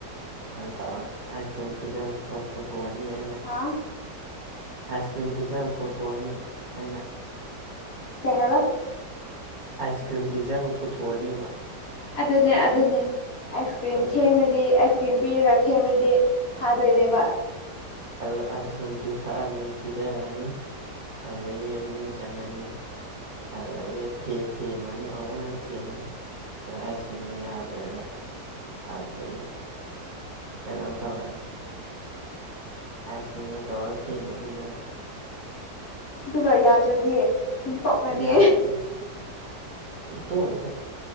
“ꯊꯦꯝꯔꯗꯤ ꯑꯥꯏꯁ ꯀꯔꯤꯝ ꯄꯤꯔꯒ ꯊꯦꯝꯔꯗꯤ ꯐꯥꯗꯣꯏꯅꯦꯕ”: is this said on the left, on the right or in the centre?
Left